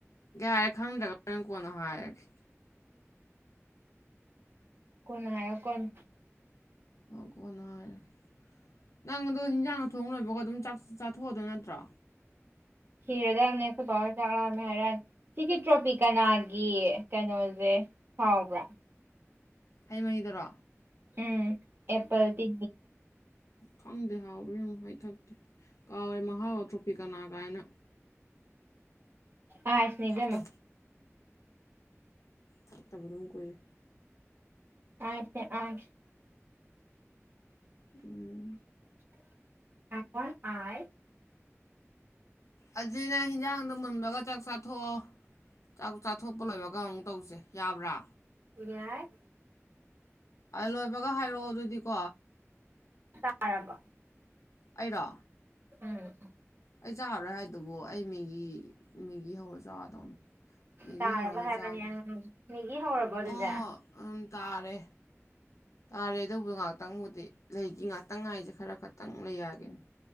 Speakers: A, on the left (about 85°); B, on the right (about 45°).
A: ꯌꯥꯔꯦ ꯈꯪꯗ꯭ꯔꯒ ꯍꯣꯔꯦꯟ ꯀꯣꯟꯅ ꯍꯥꯏꯔꯒꯦ
B: ꯀꯣꯅ ꯍꯥꯏꯑꯣ ꯀꯣꯅ
A: ꯑꯣ ꯀꯣꯟꯅ ꯍꯥꯏꯔꯣ ꯅꯪ ꯑꯗꯣ ꯍꯤꯟꯖꯥꯡꯅ ꯑꯊꯣꯡ ꯂꯣꯏꯕꯒ ꯑꯗꯨꯝ ꯆꯥꯛ ꯆꯥꯊꯣꯛꯑꯗꯣꯏ ꯅꯠꯇ꯭ꯔꯣ
B: ꯊꯤꯔꯗꯕꯅꯦ ꯑꯩꯈꯣꯏꯕꯥꯎ ꯍꯣꯏ ꯆꯥꯛ ꯂꯥꯝꯃꯦ ꯍꯥꯏꯔꯛꯑꯅꯤ ꯁꯤꯒꯤ ꯇ꯭ꯔꯣꯐꯤ ꯀꯅꯥꯒꯤ ꯀꯩꯅꯣꯁꯦ ꯍꯥꯎꯕ꯭ꯔꯥ
A: ꯍꯩ ꯃꯍꯤꯗꯔꯣ
B: ꯎꯝ ꯑꯦꯞꯄꯜ <inaudible> ꯁꯦ
A: ꯈꯪ ꯍꯥꯎꯕ꯭ꯔꯥ ꯌꯦꯡꯉꯣ ꯑꯩ ꯊꯛꯇꯦ ꯀꯥꯎꯔꯦ ꯃꯍꯥꯎꯒ ꯇ꯭ꯔꯣꯄꯤꯀꯅꯥ ꯀꯥꯏꯅ
B: ꯑꯥꯏꯁꯅꯦ ꯏꯕꯦꯝꯃ
A: ꯊꯛꯇ ꯊꯛꯇꯕ ꯑꯗꯨꯝ ꯀꯨꯏꯔꯦ
B: ꯑꯥꯏꯁ ꯅꯦ ꯑꯥꯏꯁ
A: ꯎꯝ
B: <unintelligible>
A: ꯑꯁꯤ ꯅꯪ ꯍꯤꯟꯖꯥꯡꯗꯣ ꯃꯨꯟꯕꯒ ꯆꯥꯛ ꯆꯥꯊꯣꯛꯑꯣ ꯆꯥꯛ ꯆꯥꯊꯣꯛꯄ ꯂꯣꯏꯕꯒ ꯑꯃꯨꯛ ꯇꯧꯁꯦ ꯌꯥꯕ꯭ꯔꯥ
B: ꯌꯥꯏ
A: ꯂꯣꯏꯕꯒ ꯍꯥꯏꯔꯛꯑꯣ ꯑꯗꯨꯗꯤꯀꯣ
B: ꯇꯥꯔꯕꯣ
A: ꯑꯩꯔꯣ
B: ꯎꯝ
A: ꯑꯩ ꯆꯥꯔꯔꯣꯏ ꯍꯥꯏꯗꯨꯕꯨ ꯑꯩ ꯃꯦꯒꯤ ꯃꯦꯒꯤ ꯍꯧꯔꯁ ꯆꯥꯗꯧꯅꯦ ꯃꯦꯒꯤ
B: ꯇꯥꯔꯕ
A: ꯍꯧꯔꯒ
B: ꯍꯥꯏꯕꯅꯦ
A: ꯆꯥꯒꯦ
B: ꯃꯦꯒꯤ ꯍꯧꯔꯕꯣ ꯑꯗꯨꯗꯤ
A: ꯑꯣ ꯎꯝ ꯇꯥꯔꯦ ꯇꯥꯔꯦ ꯑꯗꯨꯕꯨ ꯉꯥꯏꯍꯥꯛꯇꯪꯕꯨꯗꯤ ꯂꯩꯗꯤ ꯉꯥꯛꯇꯪ ꯉꯥꯏꯁꯦ ꯈꯔ ꯈꯠ ꯇꯪ ꯂꯩ ꯌꯥꯒꯤꯅꯤ